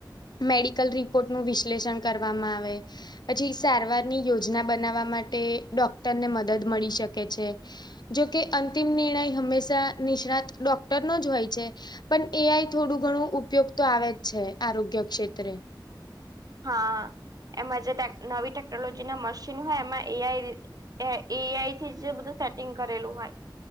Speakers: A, on the left; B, on the right.
A: મેડિકલ રિપોર્ટનું વિશ્લેષણ કરવામાં આવે. પછી સારવારની યોજના બનાવવા માટે ડોક્ટરને મદદ મળી શકે છે. જોકે અંતિમ નિર્ણય હંમેશા નિષ્ણાત ડોક્ટર નો જ હોય છે. પણ એ આઈ થોડું ઘણું ઉપયોગ તો આવે જ છે આરોગ્ય ક્ષેત્રે.
B: હા એમાં જે નવી ટેકનોલોજી ના મશીન હોય એમાં એઆઈ એ એઆઈ થી જે બધું સેટિંગ કરેલું હોય.